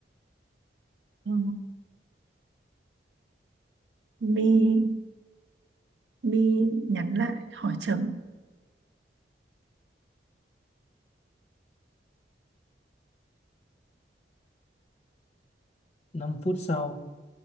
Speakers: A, on the right; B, on the left.
A: Ừ, Mi Mi nhắn lại hỏi chấm
B: năm phút sau,